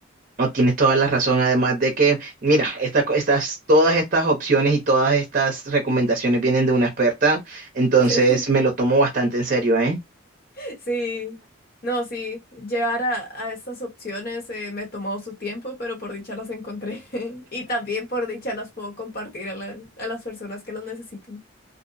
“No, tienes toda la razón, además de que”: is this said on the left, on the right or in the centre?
Right